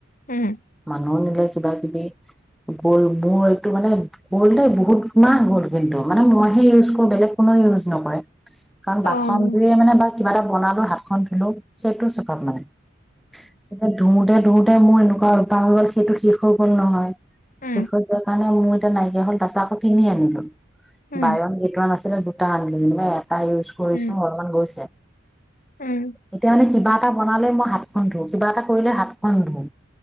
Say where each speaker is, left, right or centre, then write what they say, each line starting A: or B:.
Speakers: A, on the left (about 45°); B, in the centre.
A: উম,
B: মানুহ বিলাক। কিবা-কিবি গ'ল মোৰ এইটো মানে গ'ল দে বহুত মাহ গ'ল, কিন্তু মানে মইহে ইউজ কৰো বেলেগ কোনো ইউজ নকৰে। কাৰণ
A: অ',
B: বাচন
A: উম,
B: ধুইয়ে মানে বা কিবা এটা বনালো হাতখন ধুলো সেইটো চকক মানে। এতিয়া ধুওতে ধু তে মোৰ এনেকুৱা কাঁহহৈ গ'ল সেইটো শেষ হৈ গ'ল নহয়।
A: উম,
B: সেইখন যে কাৰান ম এ নাইকিয় হল তাৰাছ আকৌ কিিনি আনিলো
A: উম,
B: বায়ন কেইটমান আাছে দুটা আন লয় তাই ইউজ কৰিছো
A: উম,
B: অলমান গৈছে
A: উম।
B: এতিয়া মানে কিবা এটা বনালে মই হাতখন ধোঁ কিবা এটা কৰিলে হাতখন ধোঁ